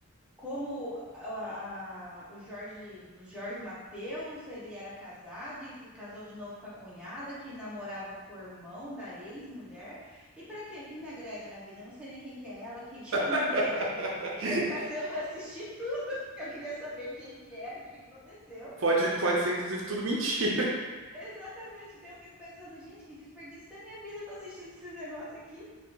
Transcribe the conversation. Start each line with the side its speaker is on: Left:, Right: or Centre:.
Centre: como a- a- o Jorge, o Jorge Mateus, ele era casado e fi- casou de novo com a cunhada que namorava com o irmão da ex-mulher. E pra quê? Quem me agrega na vida? Eu não sei nem quem que é ela, <laughs> quem que é
Right: <laughs>
Centre: ninguém, <laughs> mas eu assisti tudo, que eu queria saber quem que era, o que que aconteceu.
Right: Pode, pode ser, inclusive, tudo mentira.
Centre: Exatamente, daí eu fico pensando, gente, que desperdício da minha vida, eu tô assistindo esses negócios aqui.